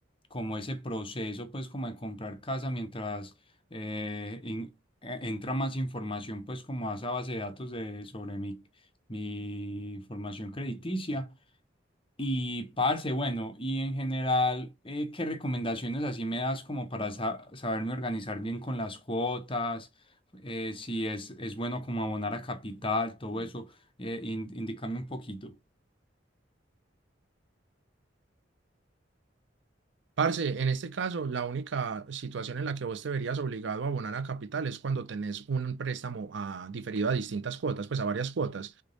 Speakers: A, on the left; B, on the right.
A: como ese proceso, pues, como de comprar casa mientras eh, in- eh, entra más información, pues, como a esa base de datos de, sobre mí mi formación crediticia. Y parce, bueno, y en general, eh, ¿qué recomendaciones así me das como para sa- saberme organizar bien con las cuotas? Eh, si es, es bueno como abonar a capital, todo eso, eh, in- indícame un poquito.
B: Parce, en este caso, la única situación en la que vos te verías obligado a abonar a capital es cuando tenés un préstamo a- diferido a distintas cuotas, pues a varias cuotas.